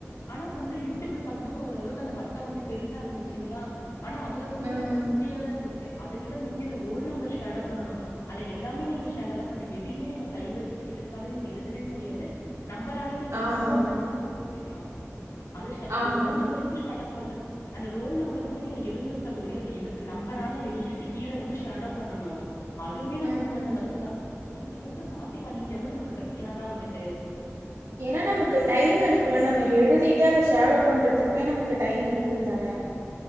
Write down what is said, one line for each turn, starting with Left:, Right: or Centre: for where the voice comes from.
Left: ஆனா இப்ப வந்து
Right: ம்ஹும்
Left: யூடியூப்ல பாக்கூ போது ஓரளவுக்கு அந்த வட்டொ வந்து பெருசா இருந்துச்சுங்ளா ஆனா அதுல போவ்போது
Right: ம்
Left: ரொம்ப குட்டியா தா இருந்துச்சு அத விட முக்கியொ அந்த ரோல் நம்பர் ஷேடோ பண்ணனு அல்லெ எல்லாமே நீங்க ஷெடோதா பன்னு எதயுமே நீங்க கை வச்சு எழுத்தால நீங்க எழுதவே முடியாது நம்பராலேயு நீங்க
Right: ஆமா
Left: நம்பர்
Right: ஆமா
Left: மட்டுந்தா போட முடியு அது அந்த
Right: ஆமா
Left: ரோல் நம்பருக்கூ
Right: ஆமா
Left: ஷேடப் பண்ற அந்த ரோல் நம்பரு வந்து நீங்க எழுதனோ சகோதிரி அந்த எழுத் நம்பரால எழுதிட்டு கீழே வந்து ஷேடோ பண்ணனோ அதுமே நமக்கு
Right: ம்ஹும்
Left: கொஞ்சொ கஷ்டந்தா ஒன்னு வந்து மாத்தி பண்ணிட்டோம்னா நமக்கு பிரச்சன தா வந்துட்டு
Right: ஏனா நமக்கு டைம் எடுக்குல நம்ம எழுதிட்டு அத ஷேடோ பண்றதுக்குமே நமக்கு டைம் எடுக்குந்தானே